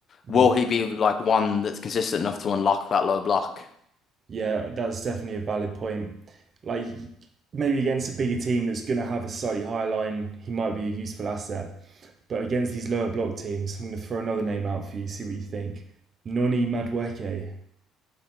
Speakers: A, on the right (about 25°); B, on the left (about 30°).
A: Mm.
B: Will he be like one that's consistent enough to unlock that low block?
A: Yeah, that's definitely a valid point. Like maybe against a bigger team that's going to have a slightly higher line, he might be a useful asset. But against these lower block teams, I'm going to throw another name out for you. See what you think. Noni Madweke.